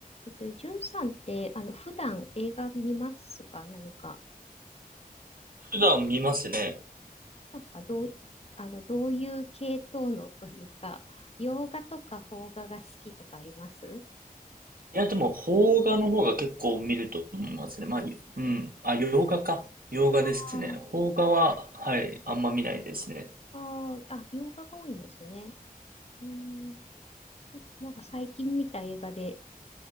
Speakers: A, on the left; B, on the right.
A: えっと、じゅんさんって、あの、普段映画見ますか何か。
B: 普段見ますね。
A: なんか、どう、あの、どういう系統のというか、洋画とか邦画が好きとかあります
B: いや、でも、邦画の方が結構見ると思いますね。まあ、うん。あ、洋画か。洋画ですね。
A: あ
B: 邦画は、はい、あんま見ないですね。
A: あー、あ、洋画が多いんですね。うん、なんか最近見た映画で